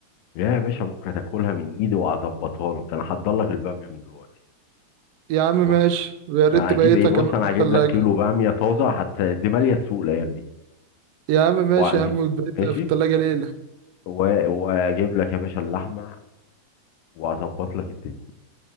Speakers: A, on the left; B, on the right.
A: يا باشا بكره تاكلها من ايدي وهظبطها لك انا هحضر لك الباميه من دلوقتي
B: يا عم ماشي
A: واخد-
B: ويا ريت
A: هجيب
B: تبيتها
A: ايه بص
B: كمان
A: انا
B: في التلاجة
A: هجيب لك كيلو باميه طازه حتى دي ماليه السوق الايام دي
B: يا عم ماشي
A: وهجيب-
B: يا عم وتبيتها
A: مم. ماشي
B: في التلاجة ليلة
A: و- واجيب لك يا باشا اللحمه وهظبط لك الدنيا